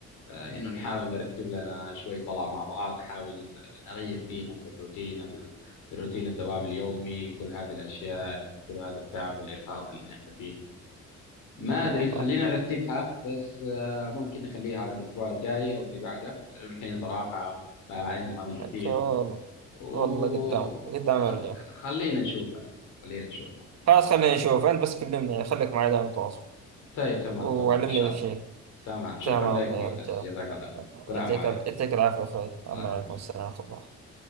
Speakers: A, on the left (about 85°); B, on the right (about 60°).
A: آه إنه نحاول نرتب لنا شوي طلعة مع بعض نحاول نغير فيها من الروتين ال- الروتين الدوام اليومي كل هذه الأشياء يعني كل هذا التعب والإرهاق اللي نحن فيه ما
B: يلا
A: ادري خلينا نرتبها بس آه، ممكن نخليها على الاسبوع الجاي او اللي بعده لانه الحين صراحه آه، عندي عمل كثير
B: حتى والله
A: وخلينا
B: والله قدام قدام يرجع
A: نشوفها خلينا نشوفها
B: خلاص خلينا نشوف أنت بس كلمني يعني خليك معي دائما متواصل
A: طيب تمام
B: وعلمني
A: تمام ان شاء
B: إذا في
A: الله
B: شيء
A: تمام شكرا
B: تمام
A: لك
B: يا
A: معتز
B: رجال
A: جزاك الله خير.
B: يعطيك
A: السلام عليكم
B: يعطيك العافية يا أخوي الله
A: الله يعافيك
B: يعلمكم السلام ورحمة الله